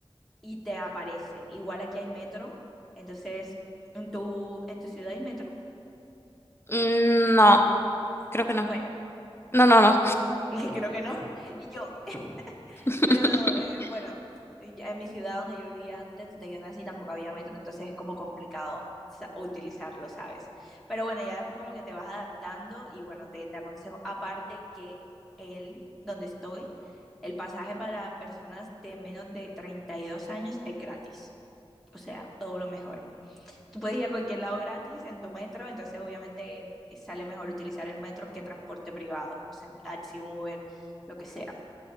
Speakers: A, in the centre; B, on the left.
A: y te aparece. Igual aquí hay metro, entonces, ¿en tu, en tu ciudad hay metro?
B: Mm, No, creo que no.
A: Bueno,
B: No, no, no.
A: <laughs> es que creo que no. Y yo,
B: <laughs>
A: Pero no, eh, bueno, en mi ciudad donde yo vivía antes, donde yo nací, tampoco había metro, entonces es como complicado sa- utilizarlo, ¿sabes? Pero bueno, ya después como que te vas adaptando y bueno, te, te aconsejo, aparte que el donde estoy, el pasaje para personas de menos de 32 años es gratis. O sea, todo lo mejor. Tú puedes ir a cualquier lado gratis en tu metro, entonces obviamente eh, sale mejor utilizar el metro que transporte privado, no sé, un taxi, un Uber, lo que sea.